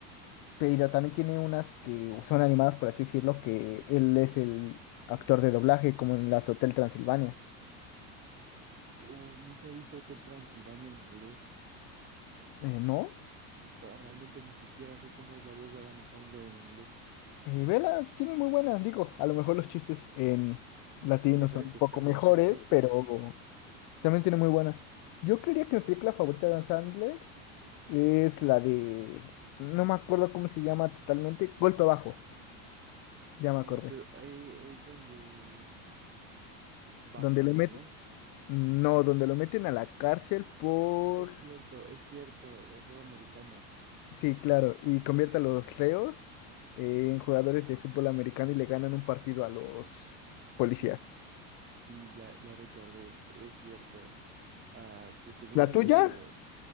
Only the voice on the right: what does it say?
Oh, nunca he visto Hotel Transilvania en inglés.
No, realmente ni siquiera sé cómo es la voz de Adam Sandler en inglés.
Son diferentes,
cambian,
por supuesto.
Golpe,
eh, es donde... Básquetbol,
¿no?
Es cierto, es cierto, de juego americano.
Sí,
sí, sí, ya, ya recordé, es cierto. Ah, que según
lo...